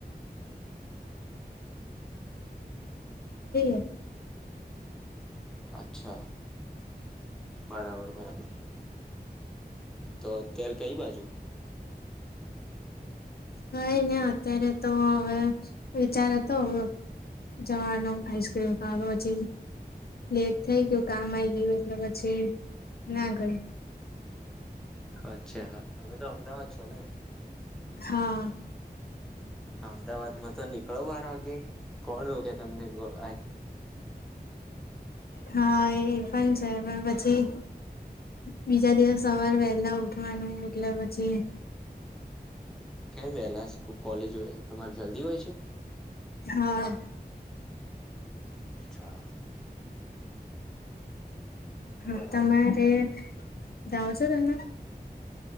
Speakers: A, on the left; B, in the centre.
A: <unintelligible>
B: અચ્છા બરાબર બરાબર તો અત્યારે કઈ બાજુ
A: કઈ ને અત્યારે તો હવે વિચાર હતો હવે જવાનો આઈસક્રીમ ખાવા પછી લેટ થઈ ગયું કામ આઈ ગયું એટલે પછી ના ગય
B: અચ્છા હા તમે તો અમદાવાદ છો ને
A: હા
B: અમદાવાદ માં તો નીકળો બાર વાગે કોણ રો તમને ગોળ
A: હા એ પણ છે પણ પછી બીજા દિવસ સવાર વહેલા ઉઠ ઉઠવાનું એટલે પછી
B: કેમ વેલા કોલેજ હોય તમારે જલ્દી હોય છે
A: હા
B: અચ્છા
A: હા
B: બરાબર
A: તમારે જાવ છો ત હના